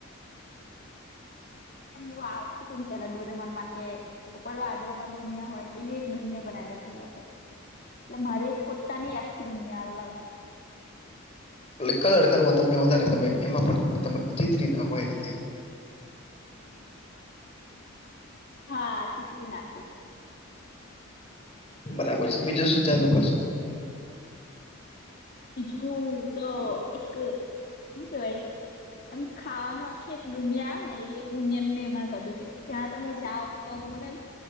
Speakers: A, on the left; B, on the left.
A: એમ આવતું હતુંને <unintelligible> પેલા ડૂર મન માં કે ઉપર વાદરો માં દુનિયા હોય એવી એક દુનિયા બનાવી દો ખલાતો એટલે મારે એક પોતાની આખી દુનિયા અલગ
B: એટ કલર કરો તમને વધારે ગમે એ એમાં <inaudible> પણ તમે ચિતરી નાખો એ રીતે
A: હા ચીતરી નાખો
B: બરાબર છે બીજું શું જાદુ કરશો તો
A: બીજું તો એક હું કેવાય એમ ખાવાનું આખી એક દુનિયા આવે ને એવી એક દુનિયાનું નિર્માણ કર દો કે ત્યાં મે જાઓ તો ત તો મને